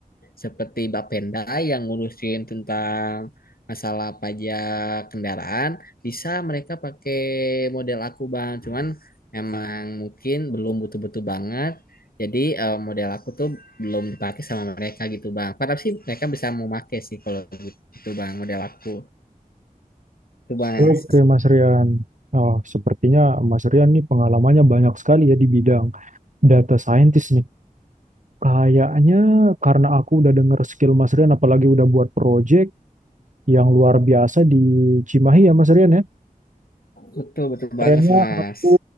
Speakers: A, on the left (about 85°); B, on the right (about 55°).
A: seperti Bapenda yang ngurusin tentang masalah pajak kendaraan, bisa mereka pakai model aku, Bang. Cuman emang mungkin belum butuh-butuh banget. Jadi eh, model aku tuh belum dipakai sama mereka gitu bang. Padahal sih mereka bisa mau pakai sih kalau gitu bang model aku. Itu mas,
B: Oke Mas Rian. Ah, sepertinya Mas Rian nih pengalamannya banyak sekali ya di bidang data scientist nih. Kayaknya karena aku udah denger skill Mas Rian, apalagi udah buat project yang luar biasa di Cimahi ya Mas Rian ya.
A: betul betul banget
B: Kayaknya
A: sih, mas.
B: aku